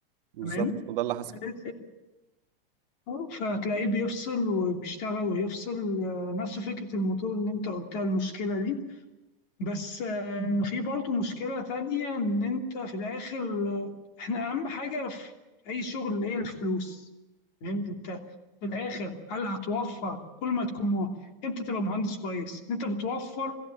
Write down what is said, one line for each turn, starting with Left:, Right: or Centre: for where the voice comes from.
Right: بالظبط
Left: تمام
Right: وده اللي حصل
Left: تلات سلكه فهتلاقيه بيفصل وبيشتغل ويفصل آه، نفس فكرة الموتور اللي انت قلتها المشكلة دي بس آه، في برضو مشكلة تانية ان انت في الاخر آه، احنا اهم حاجة في اي شغل هي الفلوس تمام انت في الاخر هل هتوفر كل ما تكون مه- امتى تبقى مهندس كويس انت بتوفر